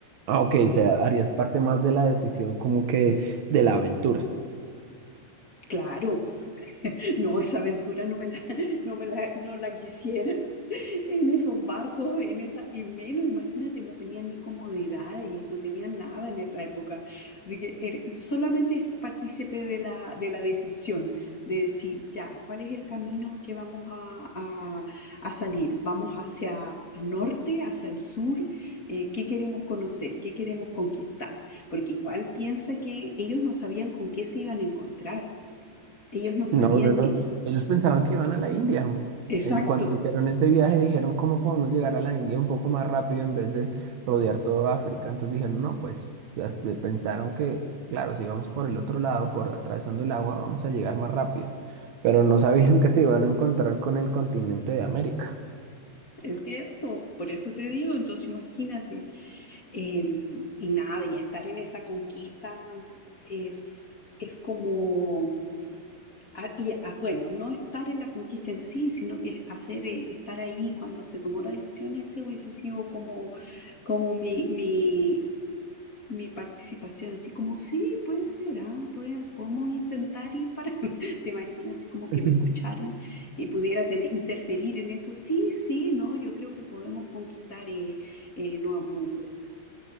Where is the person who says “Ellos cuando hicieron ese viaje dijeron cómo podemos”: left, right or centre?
Right